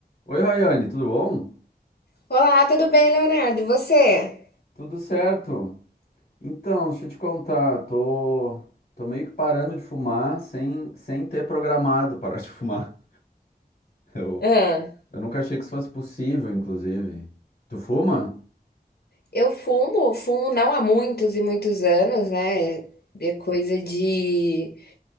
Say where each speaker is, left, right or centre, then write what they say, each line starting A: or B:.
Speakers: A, on the left; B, on the left.
A: Oi, Rayane, tudo bom?
B: Olá, tudo bem, Leonardo? E você?
A: Tudo certo? Então, deixa eu te contar, tô, tô meio que parando de fumar sem, sem ter programado parar de <laughs> fumar. Eu,
B: Ah,
A: eu nunca achei que isso fosse possível, inclusive. Tu fuma?
B: eu fumo, fumo não há muitos e muitos anos, né? É coisa de